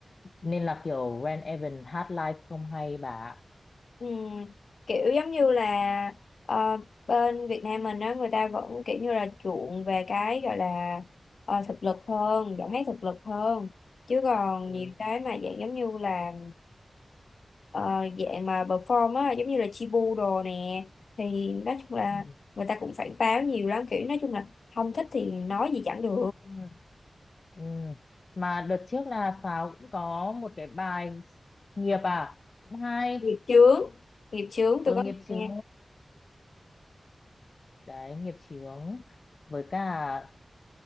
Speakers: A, on the left (about 55°); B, on the left (about 80°).
A: nên là kiểu Ren Evan hát live không hay bà ạ.
B: Ừ. kiểu giống như là ờ, bên Việt Nam mình á người ta vẫn kiểu như là chuộng về cái gọi là ờ, thực lực hơn giọng hát thực lực hơn chứ còn
A: ừ.
B: nhiều cái mà dạng giống như là ờ, dạng mà perform á giống như là Chibu đồ nè thì nói chung là
A: Ừ.
B: người ta cũng phải pháo nhiều lắm kiểu nói chung là không thích thì nói gì chẳng được
A: Ừ. Ừ. Mà đợt trước là Pháo cũng có một cái bài nghiệp à cũng hay
B: nghiệp chướng nghiệp chướng
A: ừ
B: tôi có
A: nghiệp chứ
B: nghe
A: đấy nghiệp chướng với cả